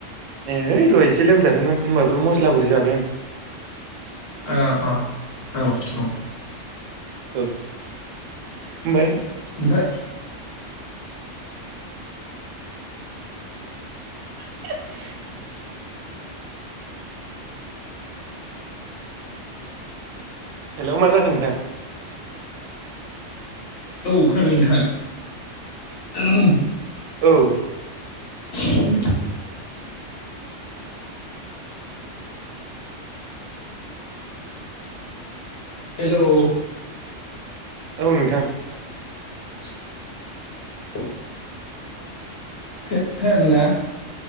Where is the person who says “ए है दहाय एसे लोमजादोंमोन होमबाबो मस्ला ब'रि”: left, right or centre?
Right